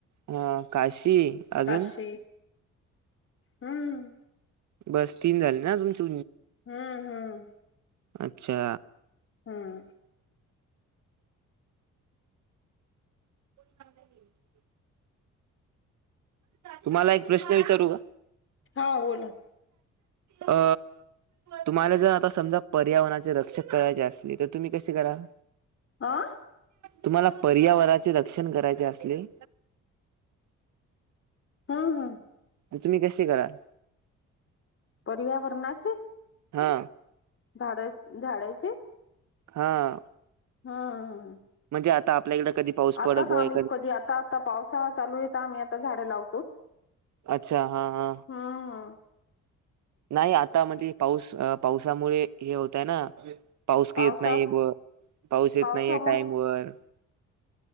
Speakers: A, on the right; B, on the left.
A: हा काशी. अजून
B: काशी. हम्म.
A: बस तीन झाले ना तुमची
B: हम्म हम्म.
A: अच्छा.
B: ह.
A: कोण म्हणजे मी <unintelligible> तुम्हाला एक प्रश्न विचारू का?
B: हा बोला.
A: अ तुम्हाला जर आता समजा पर्यावरणाचे रक्षक करायचे असले तर तुम्ही कसे कराल.
B: अं.
A: तुम्हाला पर्यावराचे रक्षण करायचे असले.
B: हं हं.
A: आणि तुम्ही कसे कराल.
B: पर्यावरणाचे.
A: हा.
B: झाडं झाडाचे.
A: हा.
B: हं हं हं हं.
A: म्हणजे आता आपल्या इकडं कधी पाऊस
B: आता
A: पडतोय
B: तर आम्ही कधी आता आता पावसाळा चालूए तर आम्ही आता झाडं लावतोच.
A: अच्छा हा हा.
B: हम्म
A: नाही आता म्हणजे पाऊस पावसामुळे हे होतंय ना. पाऊस का
B: पावसा
A: येत नाहीय ब पाऊस येत
B: पावसामुळे
A: नाहीये टाइम वर.